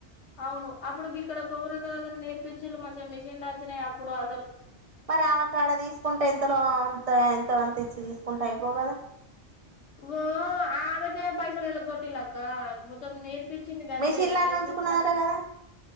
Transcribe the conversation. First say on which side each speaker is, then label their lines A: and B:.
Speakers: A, on the left; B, on the right.
A: అవును అప్పుడుకి ఇక్కడ కొంగర ఇక్కగ్గరేర్పిచ్చులు మంచి మిషన్ వినాయి అప్పుడు అ
B: మరి ఆమె కాడ తీసుకుంటే ఎంతలో అంత ఎంత అంత ఇ తీసుకుంటా అయిపోగదా
A: ఓ ఆమెతే పైసలుళ్ళ గొట్టి క్క మొత్తం నేర్పచ్చింది కంతే
B: మిషన్లన్నీ
A: నేర్పచ్చినాక
B: ఉంచుకున్నదట కదా